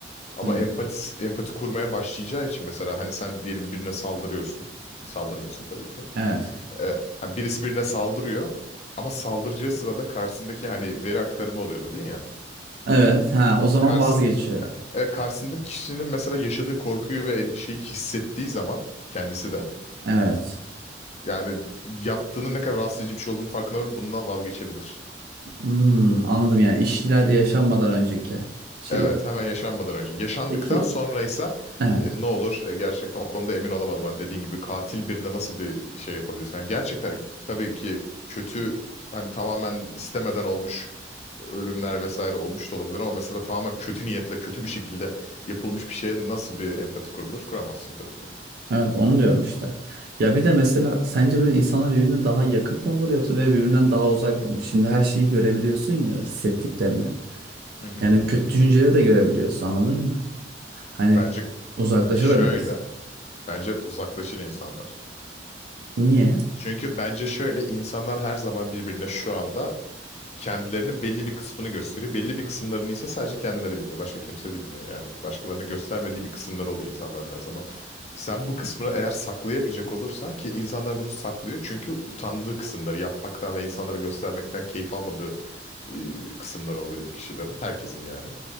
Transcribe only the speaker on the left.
Ama
empati, empati kurmaya başlayacağı için mesela hani sen diyelim birine saldırıyorsun. Saldırmıyorsun tabii ki.
Ee, hani birisi birine saldırıyor ama saldıracağı sırada karşısındaki hani veri aktarımı oluyor dedin ya.
Karşısın,
e, karşısındaki kişinin mesela yaşadığı korkuyu ve endişeyi hissettiği zaman kendisi de
yani yaptığının ne kadar rahatsız edici bir şey olduğunu farkına varıp bundan vazgeçebilir.
Evet,
hemen yaşanmadan önce. Yaşandıktan
sonraysa
e, ne olur? E, gerçekten o konuda emin olamadım. Hani dediğin gibi katil birine nasıl bir şey yapabilirsin? Yani gerçekten tabii ki kötü hani tamamen istemeden olmuş ölümler vesaire olmuş da olabilir ama mesela tamamen kötü niyetle kötü bir şekilde yapılmış bir şeye nasıl bir empati kurulur? Kuramazsın tabii ki.
Hı hı.
Bence
şöyle, bence uzaklaşır insanlar.
Çünkü bence şöyle insanlar her zaman birbirine şu anda kendilerinin belli bir kısmını gösteriyor. Belli bir kısımlarını ise sadece kendileri biliyor. Başka kimse bilmiyor. Yani başkalarına göstermediği bir kısımları oluyor insanların her zaman. Sen bu kısmını eğer saklayamayacak olursan ki insanlar bunu saklıyor çünkü utandığı kısımları yapmaktan ve insanlara göstermekten keyif almadığı e, kısımları oluyor bu kişilerin. Herkesin yani.